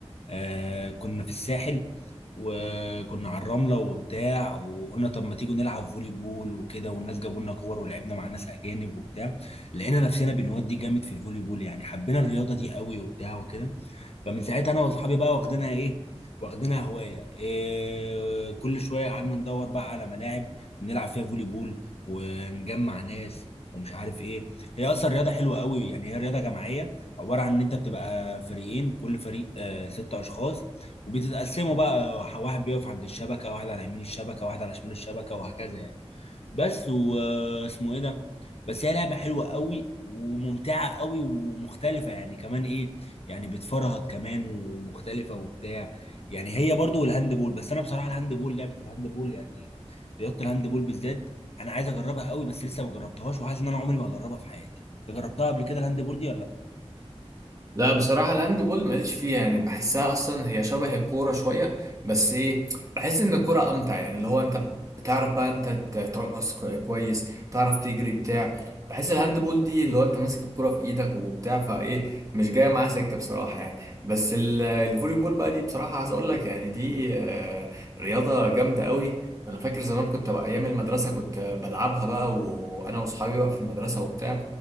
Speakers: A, on the left; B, on the right.
A: آه كنا في الساحل وكنا على الرملة وبتاع وقلنا طب ما تيجوا نلعب فولي بول وكده والناس جابوا لنا كور ولعبنا مع ناس أجانب وبتاع لقينا نفسنا بنودي جامد في الفولي بول يعني حبينا الرياضة دي قوي وبتاع وكده فمن ساعتها انا واصحابي بقى واخدينها ايه واخدينها هوايه إيه كل شويه قعدنا ندور بقى على ملاعب نلعب فيها فولي بول ونجمع ناس ومش عارف ايه هي اصلا رياضه حلوه قوي يعني هي رياضه جماعيه عباره عن ان انت بتبقى فريقين كل فريق آه ست اشخاص وبتتقسموا بقى واحد بيقف عند الشبكه واحد على يمين الشبكه واحد على شمال الشبكه وهكذا يعني بس واسمه ايه ده بس هي لعبة حلوة قوي وممتعة قوي ومختلفة يعني كمان ايه يعني بتفرهد كمان ومختلفة وبتاع يعني هي برضو والهاند بول بس انا بصراحة الهاند بول لعبة الهاند بول يعني رياضة الهاند بول بالذات انا عايز اجربها قوي بس لسه ما جربتهاش وحاسس ان انا عمري ما اجربها في حياتي انت جربتها قبل كده الهاند بول دي ولا لا
B: لا بصراحة الهاند بول ماليش فيها يعني بحسها أصلا هي شبه الكورة شوية بس إيه بحس إن الكورة أمتع يعني اللي هو أنت بتعرف بقى أنت ت- ترقص كو- كويس تعرف تجري بتاع بحس الهاند بول دي اللي هو أنت ماسك الكورة في إيدك وبتاع فإيه مش جاية معاها سكة بصراحة يعني بس ال- الفولي بول بقى دي بصراحة عايز أقول لك يعني دي آه، رياضة جامدة قوي أنا فاكر زمان كنت بقى أيام المدرسة كنت بلعبها بقى وأنا وأصحابي بقى في المدرسة وبتاع